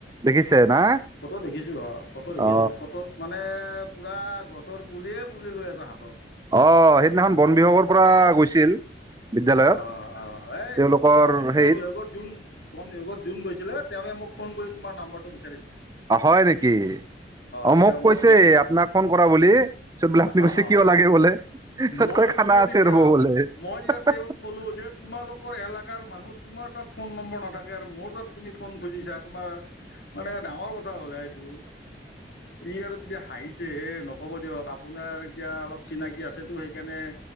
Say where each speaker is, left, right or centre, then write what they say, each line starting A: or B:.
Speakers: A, on the right; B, on the left.
A: দেখিছে না
B: ফটো দেখিছো অ ফটো দেখিছো
A: অ
B: ফটোত মানে পুৰা--। গছৰ পুলিয়ে পুলি লৈ আছে হাতত।
A: অ' সেইদিনাখন বন বিভাগৰ পৰা গৈছিল। বিদ্যালয়ত
B: অ' অ' অ' এই
A: তেওঁলোকৰ
B: যে তোমাৰ যোন
A: হেৰিত
B: বন বিভাগত যোন বন বিভাগত। যোন গৈছিলে তেওঁৱে মোক ফোন কৰি তোমাৰ নাম্বৰটো বিচ ।
A: অ হয় নেকি অ
B: তেতিয়া
A: মোক
B: মই
A: কৈছে আপোনাক ফোন কৰা বুলি চত বোলে
B: তোমাৰ
A: আপুনি কৈছে কিয় লাগে বোলে তত
B: মই
A: কৈ খানা
B: ক'লো
A: আছে
B: তেতিয়া
A: ৰব বোলে
B: মই তেতিয়া
A: হা হা।
B: তেওঁক কলো যে তোমালোকৰ এলে । যাৰ মানুহ তোমাৰ তাত ফোন নম্বৰ নাথা । যাৰ মোৰ তাত তুমি ফোন খুজিছা তোমাৰ মানে ডাঙৰ কথা হ'লেঃ এইটো ই আৰু তেতিয়া হাঁহিছে যে ন । হ'ব দিয়ক আপোনাৰ এতিয়া অলপ চিনাকি আছেতো সেইকাৰণে